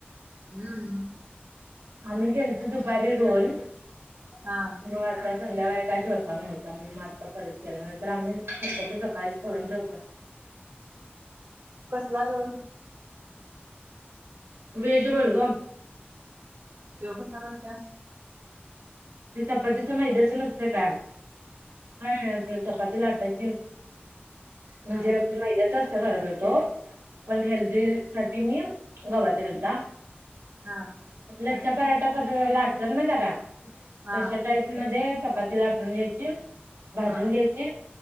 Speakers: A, on the right; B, on the right.
A: हम्.
B: आम्ही केलतो दुपारी रोल.
A: हा.
B: मग आता संध्याकाळी काहीच होता न्हतता म्हणजे म आत्ता परत गल्यानंतर आम्ही शटी सकाळीच कररून ठेवत.
A: कसला रोल.
B: Veg roll.
A: तेव कसा करतेस.
B: ते चपातीचं मैद्याच नसतं का. काय आपल्या चपाती लाटायची म्हणजे
A: हा
B: मैद्यातच. करत होतो पण हेल्दी साठी मी गवाच करता.
A: हां.
B: लज्चा पराठा कसं लागतात ना त्या का.
A: हा
B: तशा टाईप मध्ये चपाती लाटून घ्यायची. भाजून
A: हा
B: घ्यायची